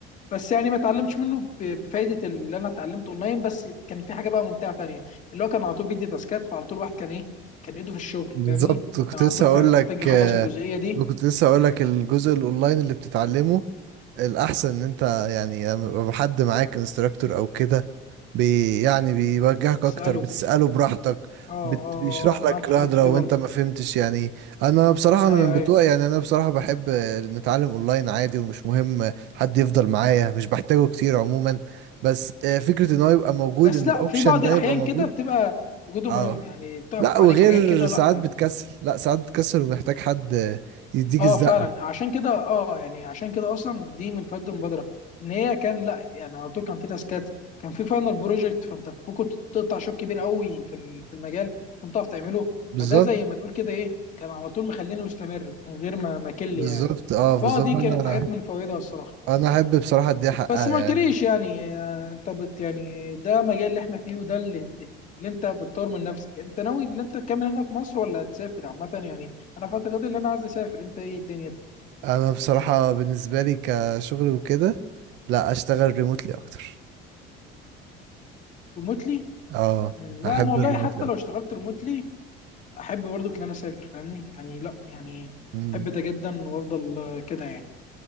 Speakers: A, on the left; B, on the right.
A: بس يعني ما اتعلمتش منه ب- بفايده اللي انا اتعلمته اونلاين بس كان في حاجه بقى ممتعه تانية اللي هو كان على طول بيدي تاسكات فعلى طول الواحد كان ايه كان ايده في الشغل
B: بالظبط
A: فاهمني
B: كنت
A: كان على
B: لسه
A: طول
B: هقول
A: مع- محتاج
B: لك
A: يخلص
B: آه،
A: الجزئيه دي
B: كنت لسه هقول لك الجزء الاونلاين اللي بتتعلمه الاحسن ان انت يعني لما يبقى حد معاك انستراكتور او كده بي يعني بيوجهك
A: تساله
B: اكتر بتساله براحتك
A: اه اه
B: بت بيشرح
A: آه، معاك
B: لك لوحده
A: في الحته
B: لو
A: دي برضه
B: انت ما فهمتش يعني انا بصراحه انا
A: ايوه
B: من بتوع
A: ايوه
B: يعني انا بصراحه بحب آه، نتعلم اونلاين عادي ومش مهم حد يفضل معايا مش بحتاجه كتير عموما بس آه، فكره ان هو يبقى موجود
A: بس
B: ان
A: لا
B: الاوبشن
A: في بعض
B: ده
A: الاحيان
B: يبقى موجود
A: كده بتبقى وجوده
B: اه
A: مهم يعني بتقف
B: لا
A: عليك
B: وغير
A: حاجات كده
B: ساعات
A: لا
B: بتكسل لا ساعات بتكسل ومحتاج حد يديك
A: اه
B: الزقة
A: فعلا عشان كده اه يعني عشان كده اصلا دي من فوائد المبادره ان هي كان لا يعني على طول كان في تاسكات كان في فاينل بروجكت فانت كنت تقطع شوط كبير قوي في ال- في المجال فانت تعرف تعمله
B: بالظبط
A: فده زي ما تقول كده ايه كان على طول مخليني مستمر من غير ما ما كل
B: بالظبط
A: يعني
B: اه
A: فاه
B: بالظبط
A: دي
B: انا
A: كانت حاجات من فوائدها الصراحه
B: انا احب بصراحة اديها حقها
A: بس ما
B: يعني
A: قلتليش يعني آه، انت بت يعني ده مجال اللي احنا فيه وده اللي اللي انت بتطور من نفسك انت ناوي ان انت تكمل هنا في مصر ولا هتسافر عامه يعني انا في اعتقادي ان انا عايز اسافر انت ايه الدنيا
B: انا بصراحة بالنسبة لي كشغل وكده لا اشتغل ريموتلي اكتر
A: ريموتلي
B: اه
A: مم، لا
B: احب
A: انا والله
B: الريموتلي
A: حتى لو
B: اكتر
A: اشتغلت ريموتلي احب برضو ان انا اسافر فاهمني يعني لا يعني
B: مم.
A: احب ده جدا وافضل آه، كده يعني